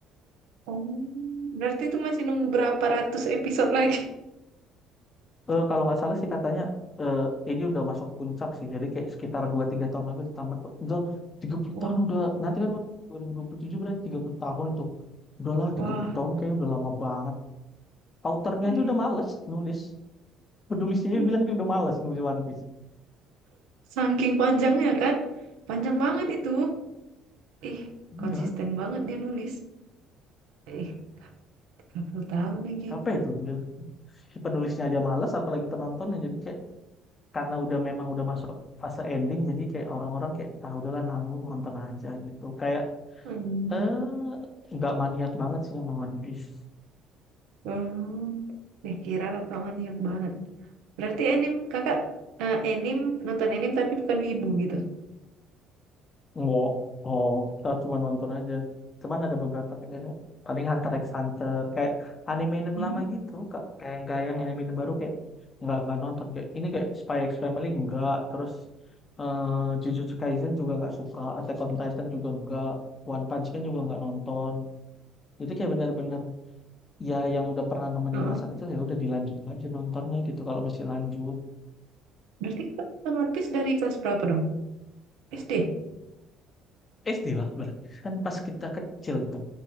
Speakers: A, on the right (about 75°); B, on the left (about 35°).
A: oh, berarti itu masih nunggu berapa ratus episode lagi.
B: Eh, kalau nggak salah sih katanya eh, ini udah masuk puncak sih jadi kayak sekitar dua tiga tahun lagi udah tamat kok. udah tiga puluh
A: Wah,
B: tahun udah nanti kan 2027 berarti 30 tahun tuh udahlah
A: wah.
B: 30 tahun kayak udah lama banget Autornya
A: Iya,
B: aja udah males nulis. Penulisnya
A: iya.
B: bilang dia udah males nulis One Piece.
A: Saking panjangnya kan. Panjang banget itu. Ih,
B: Iya,
A: konsisten banget dia nulis. Ih, 30 tahun lagi.
B: capek itu. Si penulisnya aja males, apalagi penontonnya. Jadi kayak karena udah memang udah masuk fase ending, jadi kayak orang-orang kayak ah udahlah nanggung nonton aja gitu. Kayak
A: Hmm.
B: eh nggak maniak banget sih sama One Piece.
A: Hmm. Ya kira kakak maniak banget. Berarti anim kakak eh, anim nonton anim tapi bukan wibu gitu.
B: Enggak. Oh, kita cuma nonton aja. Cuman ada beberapa kayak paling Hunter x Hunter kayak anime-anime
A: Hmm.
B: lama gitu, Kak. Kayak yang kayak yang anime-anime baru kayak nggak nggak nonton kayak ini kayak Spy x Family enggak, terus eh, Jujutsu Kaisen juga nggak suka, Attack on Titan juga enggak, One Punch Man juga nggak nonton. Jadi kayak bener-bener ya yang udah pernah nemenin
A: Heeh.
B: masa kecil ya udah dilanjut aja nontonnya gitu kalau masih lanjut.
A: Berarti kakak nonton One Piece dari kelas berapa dong? SD?
B: SD lah berarti kan pas kita kecil itu